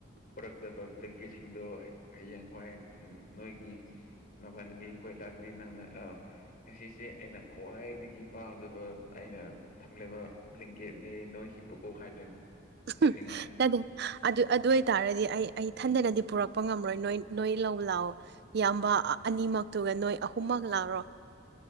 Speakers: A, on the left; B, on the right.
A: ꯄꯣꯔꯛꯇꯕ ꯕ꯭ꯂꯦꯡꯀꯦꯠꯁꯤꯡꯗꯣ ꯍꯌꯦꯡ ꯍ꯭ꯋꯥꯏ ꯅꯣꯏꯒꯤ ꯃꯕꯅꯕꯤ ꯈꯣꯏ ꯂꯥꯛꯗꯤ ꯅꯪꯅ ꯑ ꯉꯁꯤꯁꯦ ꯑꯩꯅ ꯈ꯭ꯋꯥꯏꯗꯒꯤ ꯄꯥꯝꯖꯕ ꯑꯩꯅ ꯊꯝꯂꯕ ꯕ꯭ꯂꯪꯒꯦꯠ ꯅꯦ ꯅꯣꯏ ꯍꯤꯞꯄꯨꯀꯣ ꯍꯥꯏꯅ
B: <unintelligible>
A: ꯄꯤꯖꯅꯤꯡꯉꯥꯏ
B: ꯑꯗꯨ ꯑꯗꯨ ꯑꯣꯏꯇꯥꯔꯗꯤ ꯑꯩ ꯑꯩ ꯊꯟꯗꯅꯗꯤ ꯄꯨꯔꯛꯄ ꯉꯝꯃꯔꯣꯏ ꯅꯣꯏ ꯅꯣꯏ ꯂꯧꯕ ꯂꯥꯑꯣ ꯏꯌꯥꯝꯕ ꯑꯅꯤꯃꯛꯇꯨꯒ ꯅꯣꯏ ꯑꯍꯨꯝꯃꯛ ꯂꯥꯛꯔꯣ